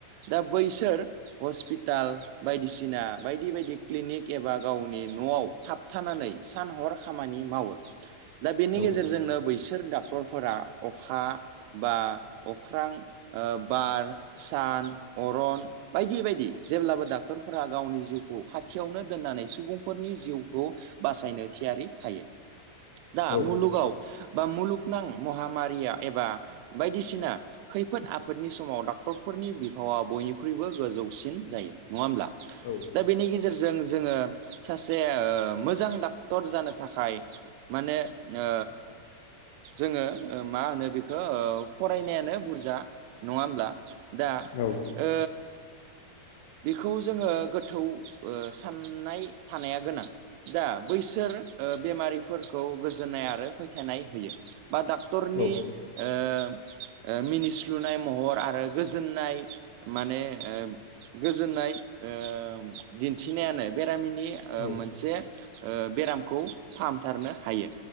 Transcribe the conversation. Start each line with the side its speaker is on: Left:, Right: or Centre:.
Right: दा बैसोर हस्पिटाल बायदिसिना बायदि बायदि क्लिनिक एबा गावनि न'आव थाबथानानै सान हर खामानि मावो। दा बेनि
Left: औ
Right: गेजेरजोंनो बैसोर डक्टरफोरा अखा बा अख्रां ओ बार सान अरन बायदि बायदि जेब्लाबो दा क्टरफोरा गावनि जिउखौ खाथियावनो दोननानै सुबुं फोरनि जिउखौ बासायनो थियारि थायो दा
Left: औ
Right: मुलुगाव बा मुलुगनां महामारिया एबा बायदिसिना खैफोद आफोदनि समाव डक्टरफोरनि बिफावा बयनिख्रुइबो गोजौसिन जायो नङा होमब्ला?
Left: औ
Right: दा बेनि गेजेरजों जोङो सासे ओ मोजां डक्टर जानो थाखाय माने ओ जोङो मा होनो बेखौ ओ फरायनायानो बुरजा नङा होमब्ला दा
Left: औ
Right: ओ बिखौ जोङो गोथौ ओ साननाय थानाया गोनां दा बैसोर ओ बेमारिफोरखौ गोजोननाय आरो फोथायनाय होयो बा दा क्टरनि
Left: औ
Right: ओ ओ मिनिस्लुनाय महर आरो गोजोननाय माने ओ गोजोननाय ओ दिन्थिनायानो बेरामिनि ओ
Left: औ
Right: मोनसे ओ बेरामखौ फाहामथारनो हायो